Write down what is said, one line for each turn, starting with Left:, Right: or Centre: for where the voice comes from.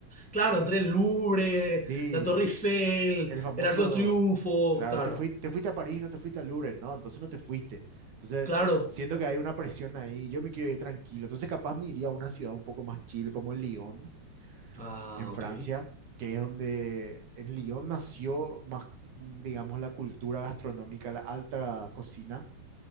Centre: Claro, entre el Louvre,
Right: Sí,
Centre: la Torre Eiffel,
Right: el famoso,
Centre: el Arco de Triunfo,
Right: claro,
Centre: claro,
Right: te fui- te fuiste a París, no te fuiste al Louvre, no, entonces no te fuiste. Entonces,
Centre: claro.
Right: siento que hay una presión ahí, yo me quiero ir tranquilo. Entonces, capaz me iría a una ciudad un poco más chill como Lyon,
Centre: Ah,
Right: en Francia,
Centre: ok.
Right: que es donde en Lyon nació más, mm, digamos, la cultura gastronómica, la alta cocina.